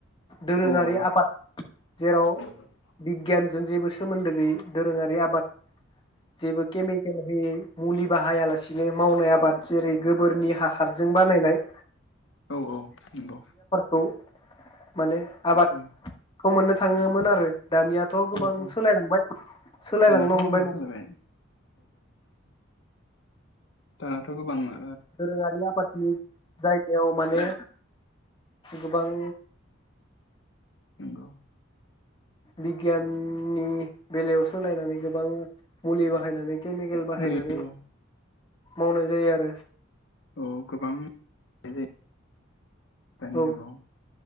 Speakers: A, on the left; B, on the left.
A: दोरोङारि
B: औ औ
A: आफाद जेराव
B: औ
A: बिगियान जों जेबो सोमोन्दो गैयि दोरोङारि आबाद जेबो केमिकेल होयै मुलि बाहायालासिनो मावनाय आबाद जेरै गोबोरनि हाखारजों बानायनाय।
B: औ औ नंगौ
A: खौ माने आबाद
B: औ
A: खौ मोननो थाङोमोन आरो दानियाथ' गोबां
B: औ औ
A: सोलायलांबाय सोलायलांनो
B: दानाथ' गोबां
A: हमबाय माने
B: सोलायबाय दाथ गोबांङा
A: दोरोङारि आबादनि जायगायाव माने गोबां
B: नोंगौ
A: बिगियान नि बेलायाव सोलायनानै गोबां मुलि बाहायनानै केमिकेल बाहायनानै
B: मुलि औ
A: मावनाय जायो आरो
B: औ गोबां होनाय जायो दानि
A: औ
B: जुगाव